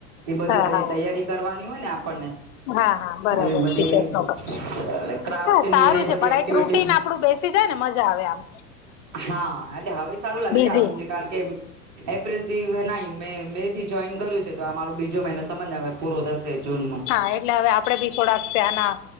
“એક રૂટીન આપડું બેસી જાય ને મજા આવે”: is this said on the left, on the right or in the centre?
Left